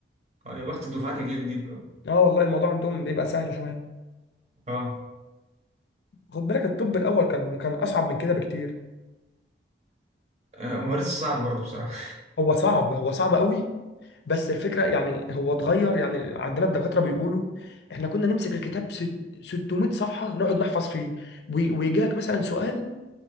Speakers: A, on the right; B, on the left.
A: اه يا بخت الدفعات اللي جه جديد بقى
B: اه والله الموضوع عندهم بيبقى سهل شويه
A: اه
B: خد بالك الطب الاول كان كان اصعب من كده بكتير
A: آه، هو لسه صعب برضه بصراحة
B: هو صعب هو صعب قوي بس الفكره يعني
A: <laughs>
B: هو اتغير يعني عندنا الدكاتره بيقولوا احنا كنا نمسك الكتاب ست- 600 صفحه نقعد نحفظ فيه ويجي لك مثلا سؤال